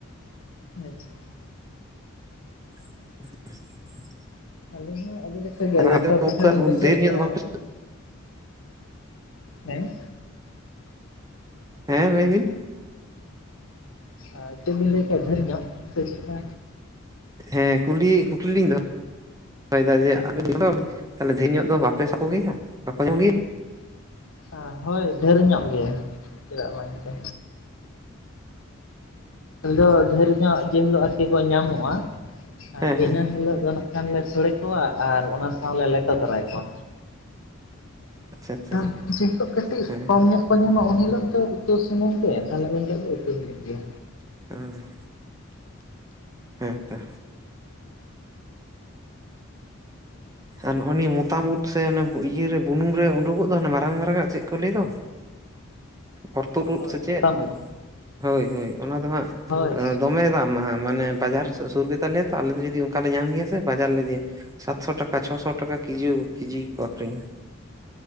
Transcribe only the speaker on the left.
ᱟᱪᱪᱷᱟ ᱟᱪᱪᱷᱟ᱾
ᱟᱹᱞᱤᱧ ᱦᱚᱸ ᱟᱹᱰᱤ ᱞᱤᱠᱟ ᱞᱮᱠᱟᱜᱮ
ᱞᱮᱴᱚ
ᱯᱤᱴᱷᱟᱹ
ᱞᱤᱧ ᱠᱩᱥᱤᱭᱟᱜ
ᱜᱤᱭᱟ
ᱟᱨ
ᱦᱮᱸ?
ᱟ ᱪᱮᱜ ᱵᱤᱱ ᱞᱟᱹᱭ ᱠᱮᱜᱼᱟ ᱰᱷᱮᱨ ᱧᱚᱜ ᱥᱮ ᱪᱮᱜ ᱠᱟ?
ᱟ ᱦᱳᱭ ᱰᱷᱮᱨ ᱧᱚᱜ ᱜᱮ ᱪᱮᱫᱟᱜ ᱵᱟᱝ ᱪᱮ᱾ ᱟᱫᱚ ᱰᱷᱮᱨ ᱧᱚᱜ ᱡᱮ ᱦᱤᱞᱳᱜ ᱟᱨᱠᱤ ᱠᱚ ᱧᱟᱢᱚᱜᱼᱟ, ᱟ
ᱤᱱᱟᱹ ᱦᱤᱞᱳᱜ ᱫᱚ ᱠᱷᱟᱱᱞᱮ ᱥᱚᱲᱮ ᱠᱚᱣᱟ ᱟᱨ ᱚᱱᱟ ᱥᱟᱶᱞᱮ ᱞᱮᱴᱚ ᱛᱚᱨᱟ ᱠᱚᱣᱟ᱾
ᱟᱸ ᱡᱤᱞᱳᱜ ᱠᱟᱹᱴᱤᱜ
ᱠᱚᱢ ᱧᱚᱜ ᱠᱚ ᱧᱟᱢᱟ ᱩᱱ ᱦᱤᱞᱳᱜ ᱫᱚ ᱩᱛᱩ ᱥᱩᱢᱩᱝ ᱯᱮ ᱛᱟᱦᱞᱮ ᱩᱱ ᱦᱤᱞᱳᱜ ᱫᱚ ᱩᱛᱩ ᱦᱩᱭᱩᱜ ᱜᱤᱭᱟ᱾
ᱦᱳᱭ
ᱢᱚᱛᱟᱢ ᱩᱫ
ᱦᱳᱭ